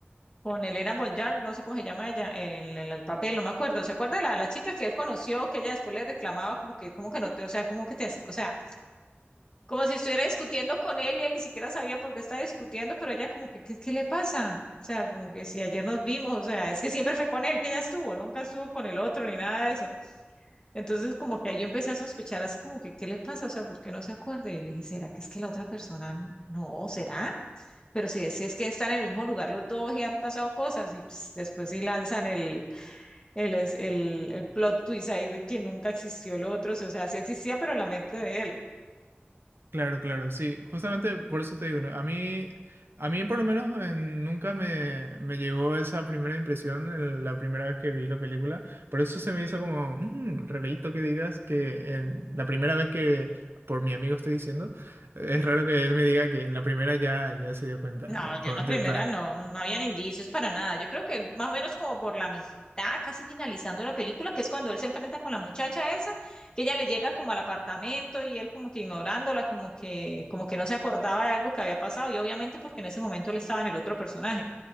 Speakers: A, on the left; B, on the right.
A: con Elena Bonjour, no sé cómo se llama ella, en, el el papel, no me acuerdo. ¿Se acuerda la, la chica que él conoció, que ella después le reclamaba como que, como que no te, o sea, como que te, o sea, Como si estuviera discutiendo con él y él ni siquiera sabía por qué estaba discutiendo, pero ella como que, ¿qué, qué le pasa? O sea, como que si ayer nos vimos, o sea, es que siempre fue con él que ella estuvo, nunca estuvo con el otro ni nada de eso. Entonces como que ahí yo empecé a sospechar así como que, ¿qué le pasa? O sea, ¿por qué no se acuerda? Y le dije, ¿será que es que la otra persona n- no? ¿Será? Pero si es, si es que están en el mismo lugar los dos y han pasado cosas y ps, después sí lanzan el, el, es- el, el plot twist ahí de que nunca existió el otro, o sea, sí existía, pero en la mente de él.
B: Claro, claro, sí, justamente por eso te digo, ¿no? a mí, a mí por lo menos eh, nunca me, me llegó esa primera impresión el- la primera vez que vi la película, por eso se me hizo como, un rarito que digas que en la primera vez que por mi amigo estoy diciendo, es
A: Sí.
B: raro que él me diga que en la primera ya, ya se dio cuenta.
A: No, yo
B: con-
A: en la primera
B: de-
A: no, no habían indicios para nada. Yo creo que más o menos como por la mitad, casi finalizando la película, que es cuando él se enfrenta con la muchacha esa, que ella le llega como al apartamento y él como que ignorándola, como que, como que no se acordaba de algo que había pasado. Y obviamente porque en ese momento él estaba en el otro personaje.